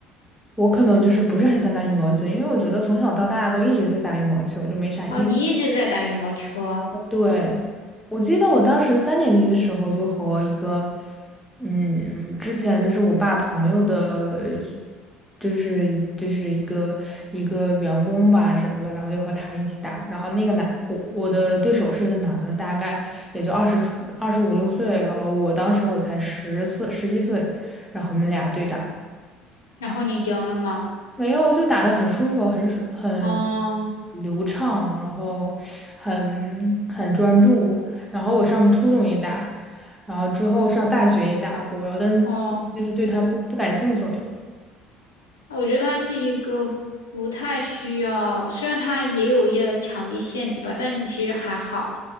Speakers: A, in the centre; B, on the left (about 85°).
A: 我可能就是不是很想打羽毛球，因为我觉得从小到大都一直在打羽毛球，就没啥意思。
B: 好，你一直在打羽毛球啊？
A: 对，我记得我当时三年级的时候就和一个，嗯，之前就是我爸朋友的，就是就是一个一个员工吧什么的，然后就和他一起打，然后那个男，我我的对手是一个男的，大概也就二十二十五六岁，然后我当时我才十岁十一岁，然后我们俩对打。
B: 然后你赢了吗？
A: 没有，就打得很舒服，很舒很
B: 哦
A: 流畅，然后很很专注。然后我上初中也打，然后之后上大学也打过，然后但就是对它不不感兴趣了。
B: 哦。我觉得它是一个不太需要，虽然它也有要场地限制吧，但是其实还好。